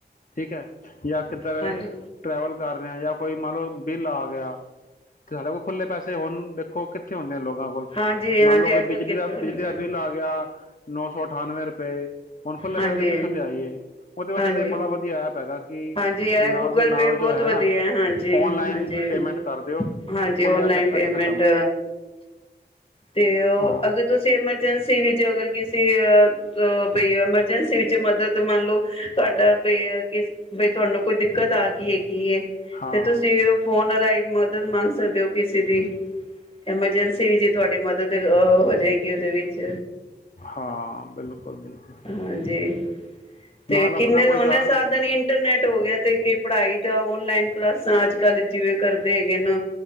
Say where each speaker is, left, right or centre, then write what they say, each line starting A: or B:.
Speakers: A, on the left; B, on the left.
A: ਠੀਕ ਹੈ। ਜਾਂ ਕਿੱਧਰ
B: ਹਾਂਜੀ
A: ਟਰੈਵਲ ਕਰ ਰਿਹਾ ਜਾਂ ਕੋਈ ਮੰਨ ਲਓ ਬਿੱਲ ਆ ਗਿਆ, ਤੇ ਸਾਡੇ ਕੋਲ ਖੁੱਲੇ ਪੈਸੇ ਹੁਣ, ਦੇਖੋ ਕਿੱਥੇ ਹੁੰਦੇ ਆ ਲੋਕ <unintelligible> ਕੋਲ
B: ਹਾਂਜੀ
A: ਮੰਨ
B: ਹਾਂਜੀ
A: ਲਓ ਕਿ
B: ਅੱਜ ਕੱਲ੍ਹ
A: ਬਿਜਲੀ
B: ਕੀਤਾ
A: ਦਾ ਬਿਜਲੀ
B: ਹਾਂਜੀ
A: ਦਾ ਬਿੱਲ ਆ ਗਿਆ, ਨੌ ਸੌ ਅਠਾਨਵੇਂ ਰੁਪਏ। ਹੁਣ ਖੁੱਲ੍ਹੇ
B: ਹਾਂਜੀ
A: ਪੈਸੇ ਕਿੱਥੋਂ ਲਿਆਈਏ, ਉਹਦੇ ਵਾਸਤੇ
B: ਹਾਂਜੀ
A: ਤਾਂ ਇਹ ਬੜਾ ਵਧੀਆ ਐਪ ਹੈਗਾ ਕਿ
B: ਹਾਂਜੀ ਇਹ
A: ਨਾਲ
B: ਗੂਗਲ
A: ਦੇ ਨਾਲ
B: ਪੇ ਬਹੁਤ
A: ਜੋ ਹੈ ਨਾ
B: ਵਧੀਆ ਹਾਂਜੀ
A: ਆਨਲਾਈਨ
B: ਹਾਂਜੀ
A: ਪੇਮੈਂਟ ਕਰ ਦਿਓ
B: ਹਾਂਜੀ
A: ਖੁੱਲਿਆ
B: ਆਨਲਾਈਨ
A: ਚੱਕਰ
B: ਪੇਮੈਂਟ
A: ਹੀ ਖਤਮ ਆ
B: ਤੇ ਉਹ
A: ਹਾਂ
B: ਅਗਰ ਤੁਸੀਂ ਐਮਰਜੈਂਸੀ ਵਿੱਚ ਅਗਰ ਕਿਸੇ ਅ ਬਈ ਐਮਰਜੈਂਸੀ ਵਿੱਚ ਮਦਦ ਮੰਨ ਲਓ ਤੁਹਾਡਾ, ਬ ਕਿਸ ਬਈ ਤੁਹਾਨੂੰ ਕੋਈ ਦਿੱਕਤ ਆ ਗਈ ਹੈਗੀ
A: ਹਾਂ
B: ਤੇ ਤੁਸੀਂ ਫੋਨ ਰਾਹੀਂ ਮਦਦ ਮੰਗ ਸਕਦੇ ਹੋ ਕਿਸੇ ਦੀ ਐਮਰਜੈਂਸੀ ਵੀ ਜ ਮਦਦ ਤੇ ਹੋ ਜਾਏਗੀ ਉਹਦੇ ਵਿੱਚ
A: ਹਾਂ ਬਿਲਕੁਲ ਬਿਲਕੁਲ
B: ਹਾਂਜੀ, ਤੇ
A: ਨਾਲ ਆਪਣਾ
B: ਕਿੰਨੇ
A: ਕੋਈ
B: ਉਹਨੇ
A: ਜਾਨ
B: ਸਾਧਨ ਇੰਟਰਨੈਟ ਹੋ ਗਿਆ ਤੇ ਕੀ ਪੜ੍ਹਾਈ ਦਾ ਔਨਲਾਈਨ ਕਲਾਸਾਂ ਚ ਕੱਲ੍ਹ ਜਿਵੇਂ ਕਰਦੇ ਹੈਗੇ ਨਾ,